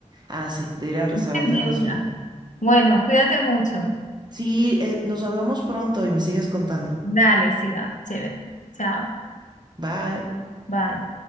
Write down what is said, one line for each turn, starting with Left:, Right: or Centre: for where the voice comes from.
Right: Ah, sí, de ir al restaurante
Left: En deuda.
Right: venezolano.
Left: Bueno, cuídate mucho.
Right: Sí, eh, nos hablamos pronto y me sigues contando.
Left: Dale, sí va. Chévere. Chao.
Right: Bye.
Left: Bye.